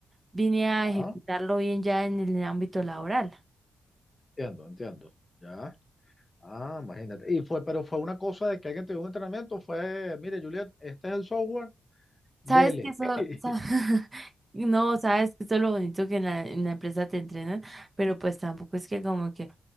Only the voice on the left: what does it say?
Ah,
entiendo, entiendo. Ya. Ah, imagínate. Y fue, pero fue una cosa de que alguien te dio un entrenamiento, fue, mire, Juliet, este es el software, dele.
<laughs>